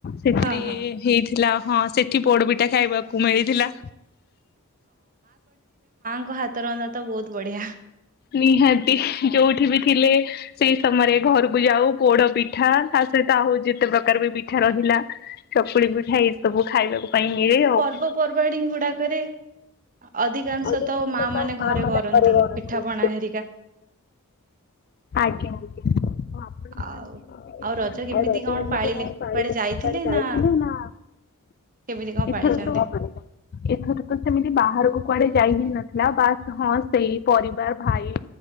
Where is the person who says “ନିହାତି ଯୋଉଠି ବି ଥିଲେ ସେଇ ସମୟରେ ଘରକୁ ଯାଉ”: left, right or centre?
Left